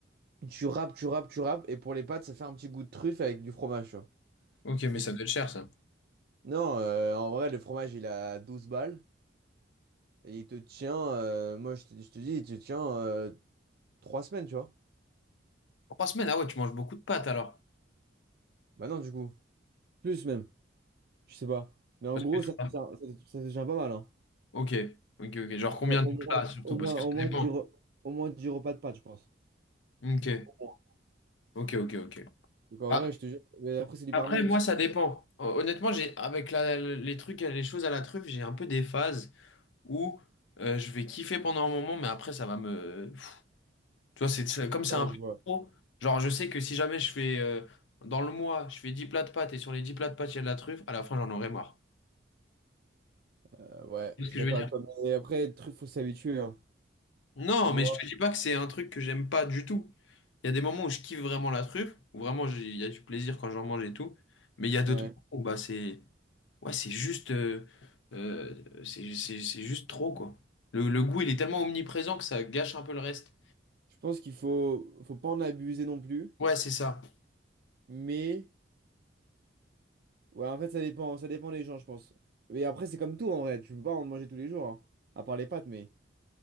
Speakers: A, on the right; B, on the left.
A: tu râpes, tu râpes, tu râpes. Et pour les pâtes, ça fait un petit goût de truffe avec du fromage, tu vois.
B: Ok, mais
A: Et-
B: ça doit être cher, ça.
A: Non, euh, en vrai, le fromage, il a 12 balles. Et il te tient, euh, moi je te, je te dis, il te tient euh, trois semaines, tu vois.
B: Trois semaines, ah ouais, tu manges beaucoup de pâtes alors.
A: Bah non, du coup. Plus même, je sais pas. Mais en
B: Parce
A: gros,
B: que
A: ça te
B: toi-
A: tient, ça te- ça te tient pas mal, hein.
B: Ok, ok, ok. Genre combien
A: Non,
B: de
A: au moins,
B: plats surtout,
A: au
B: parce
A: moins,
B: que
A: au
B: ça
A: moins
B: dépend.
A: dix re- au moins 10 repas de pâtes, je pense.
B: Ok,
A: Au moins.
B: ok, ok, ok.
A: Donc en
B: Ah,
A: vrai, je te jure. Mais après, c'est du
B: Après,
A: parmesan.
B: moi, ça dépend. Hon- Honnêtement, j'ai avec la- les trucs, les choses à la truffe, j'ai un peu des phases où euh, je vais kiffer pendant un moment, mais après, ça va me, Tu vois, c'est c'est- comme c'est
A: Ouais,
B: un peu
A: je vois.
B: trop. Genre, je sais que si jamais je fais euh, dans le mois, je fais 10 plats de pâtes et sur les 10 plats de pâtes, il y a de la truffe, à la fin, j'en aurai marre.
A: Euh, ouais,
B: Tu vois
A: je
B: ce
A: suis
B: que
A: d'accord
B: je veux dire?
A: avec toi. Mais après, il faut s'habituer, hein.
B: Non,
A: Moi,
B: mais je te dis pas que c'est un truc que j'aime pas du tout. Il y a des moments où je kiffe vraiment la truffe, où vraiment j'ai- il y a du plaisir quand j'en mange et tout. Mais il y a d'autres
A: ouais.
B: moments où bah, c'est ouais, c'est juste, euh, euh, c'est c'est- c'est juste trop, quoi. Le, le goût, il est tellement omniprésent que ça gâche un peu le reste.
A: Je pense qu'il faut, faut pas en abuser non plus.
B: Ouais, c'est ça.
A: Mais, ouais, en fait, ça dépend, ça dépend des gens, je pense. Mais après, c'est comme tout, en vrai. Tu peux pas en manger tous les jours, hein. À part les pâtes, mais.